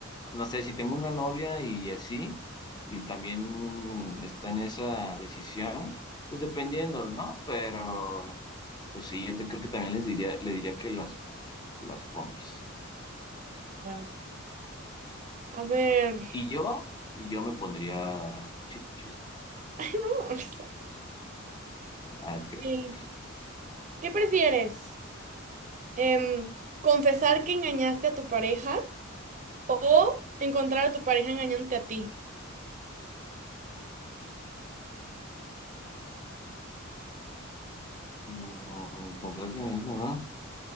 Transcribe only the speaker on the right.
ya. A ver. <laughs>
Ay, no mames.
Sí. ¿Qué prefieres? Em, ¿confesar que engañaste a tu pareja o encontrar a tu pareja engañándote a ti?